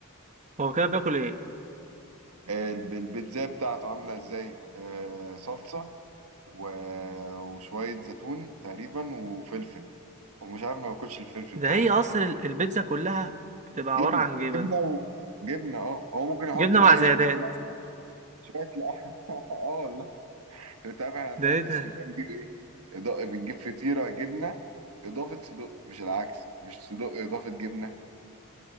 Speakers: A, on the right; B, on the right.
A: هو كده بياكل ايه
B: آه، الب- البيتزا بتاعته عامله ازاي آه، صلصه و... وشويه زيتون تقريبا وفلفل ومش عارف ما باكلش الفلفل
A: ده
B: كمان
A: هي اصلا ال- البيتزا كلها بتبقى عبارة
B: جبنه
A: عن جبن
B: جبنه وجبنه اه هو ممكن يحط
A: جبنة
B: بقى
A: مع
B: ايه
A: زيادات
B: شويه لحمه شويه لحمه <laughs> اه والله انت عارف احنا عندنا
A: ده ايه
B: في
A: ده
B: اسكندريه بنجيب ايه إضاءة بنجيب فطيره جبنه اضافه صدق مش العكس مش صدق اضافه جبنه